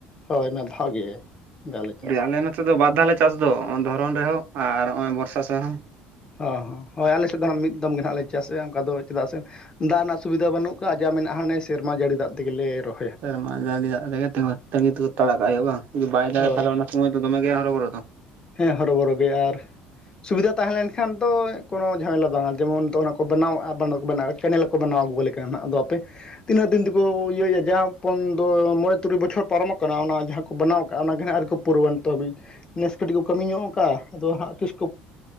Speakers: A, on the left; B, on the right.
A: ᱦᱳᱭ ᱢᱮ ᱫᱷᱟᱣ ᱜᱮ ᱚᱱᱠᱟ ᱞᱮ ᱪᱟᱥᱟ
B: ᱟᱞᱮ ᱱᱚᱛᱮ ᱫᱚ ᱵᱟᱨᱫᱷᱟᱣ ᱞᱮ ᱪᱟᱥ ᱫᱚ ᱚᱸ ᱫᱷᱚᱨᱚᱱ ᱨᱮᱦᱚᱸ ᱟᱨ ᱦᱚᱜᱼᱚᱭ ᱵᱚᱨᱥᱟ ᱥᱟ ᱦᱚᱸ
A: ᱦᱚᱸ ᱦᱚᱸ ᱦᱳᱭ ᱟᱞᱮ ᱥᱮᱫ ᱫᱚ ᱚᱱᱟ ᱢᱤᱫ ᱫᱚᱢ ᱜᱮ ᱱᱟᱸᱜ ᱞᱮ ᱪᱟᱥᱮᱫᱼᱟ ᱚᱱᱠᱟ ᱫᱚ ᱪᱮᱫᱟᱜ ᱥᱮᱼᱼ ᱫᱟᱜ ᱨᱮᱱᱟᱜ ᱥᱩᱵᱤᱫᱷᱟ ᱵᱟᱹᱱᱩᱜ ᱠᱟᱜᱼᱟ ᱡᱟ ᱢᱮᱱᱟᱜ ᱦᱟᱱᱮ ᱥᱮᱨᱢᱟ ᱡᱟᱹᱲᱤ ᱫᱟᱜ ᱛᱮᱜᱮ ᱞᱮ ᱨᱚᱜᱼᱼ
B: ᱥᱮᱨ ᱢᱟ ᱡᱟᱹᱲᱤ ᱫᱟᱜ ᱨᱮᱜᱮ ᱛᱟᱹᱜᱤ ᱛᱩᱜᱚ ᱛᱟᱲᱟᱜ ᱠᱟᱜ ᱦᱩᱭᱩᱜᱼᱟ ᱵᱟᱝ, ᱡᱩᱫᱤ ᱵᱟᱭ ᱫᱟᱜ ᱫᱟᱲᱮᱭᱟᱜᱼᱟ
A: ᱦᱳᱭ
B: ᱛᱟᱦᱞᱮ ᱚᱱᱟ ᱥᱚᱢᱚᱭ ᱫᱚ ᱫᱚᱢᱮ ᱜᱮ ᱦᱚᱨᱚ ᱵᱚᱨᱚ ᱫᱚ
A: ᱦᱮᱸ ᱦᱚᱨᱚ ᱵᱚᱨᱚ ᱜᱮᱭᱟ ᱟᱨ ᱥᱩᱵᱤᱫᱟ ᱛᱟᱦᱮᱸ ᱞᱮᱱᱠᱷᱟᱱ ᱫᱚ ᱠᱳᱱᱚ ᱡᱷᱟᱢᱮᱞᱟ ᱵᱟᱝ ᱼᱼ ᱡᱮᱢᱚᱱ ᱛᱚ ᱚᱱᱟ ᱠᱚ ᱵᱮᱱᱟᱣᱼᱟ ᱵᱟᱱᱟ ᱠᱚ ᱵᱮᱱᱟᱣᱼᱟ ᱠᱮᱱᱮᱞ ᱠᱚ ᱵᱮᱱᱟᱣ ᱟᱹᱜᱩᱣᱟᱞᱮ ᱠᱟᱱᱟ ᱱᱟᱜ ᱟᱫᱚ ᱟᱯᱮᱼᱼ ᱛᱤᱱᱟᱹᱜ ᱫᱤᱱ ᱛᱮᱠᱚ ᱤᱭᱟᱹᱭᱮᱫᱼᱟ ᱡᱟᱦᱟᱸ ᱯᱚᱱ ᱫᱚ ᱢᱚᱬᱮ ᱛᱩᱨᱩᱭ ᱵᱚᱪᱷᱚᱨ ᱯᱟᱨᱚᱢᱟ ᱠᱟᱱᱟ ᱚᱱᱟ ᱡᱟᱦᱟᱸ ᱠᱚ ᱵᱮᱱᱟᱣ ᱠᱟᱜᱼᱟ ᱚᱱᱟᱜᱮ ᱦᱟᱸᱜ ᱟᱣᱨᱤ ᱠᱚᱼᱼ ᱯᱩᱨᱟᱹᱣᱟ ᱱᱤᱛᱚᱜ ᱦᱟᱵᱤᱪ ᱱᱮᱥᱼᱼ ᱠᱟᱹᱴᱤᱡ ᱠᱚ ᱠᱟᱹᱢᱤ ᱧᱚᱜ ᱠᱟᱜᱼᱟ ᱟᱫᱚ ᱦᱟᱸᱜ ᱛᱤᱥ ᱠᱚ